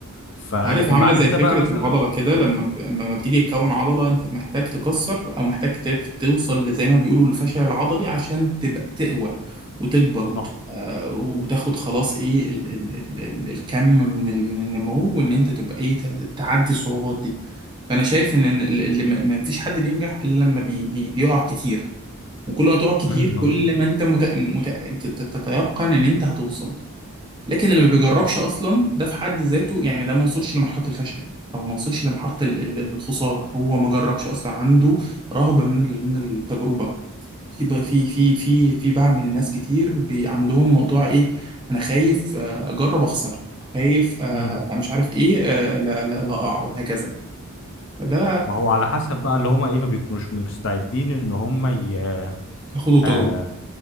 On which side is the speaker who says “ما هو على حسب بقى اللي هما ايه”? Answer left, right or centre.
Left